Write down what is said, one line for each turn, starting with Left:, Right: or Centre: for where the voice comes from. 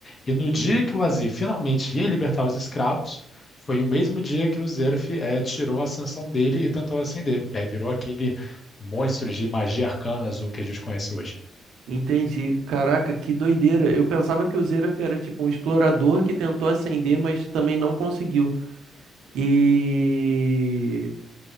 Left: E no dia que o Aziz finalmente ia libertar os escravos, foi o mesmo dia que o Zeref eh, tirou a sanção dele e tentou acender. E aí virou aquele monstro de magia arcana azul que a gente conhece hoje.
Right: Entendi. Caraca, que doideira. Eu pensava que o Xerath era tipo um explorador que tentou ascender, mas também não conseguiu. E